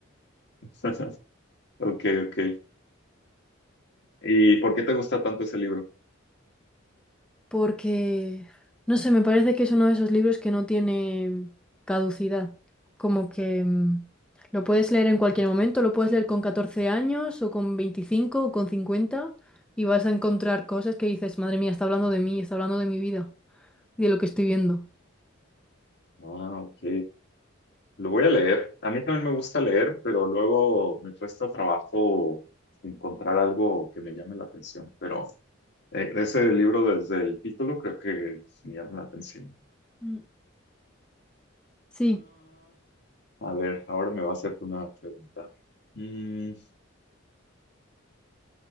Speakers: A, on the left; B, in the centre.
A: <laughs> Ok, ok. ¿Y por qué te gusta tanto ese libro?
B: Porque, no sé, me parece que es uno de esos libros que no tiene caducidad. Como que mm, lo puedes leer en cualquier momento, lo puedes leer con 14 años o con 25 o con 50 y vas a encontrar cosas que dices, madre mía, está hablando de mí, está hablando de mi vida y de lo que estoy viendo.
A: Ah, ok. Lo voy a leer. A mí también me gusta leer, pero luego me cuesta trabajo encontrar algo que me llame la atención. Pero eh, ese libro desde el título creo que me llama la atención.
B: Mm, Sí,
A: A ver, ahora me va a hacerte una pregunta. Mm,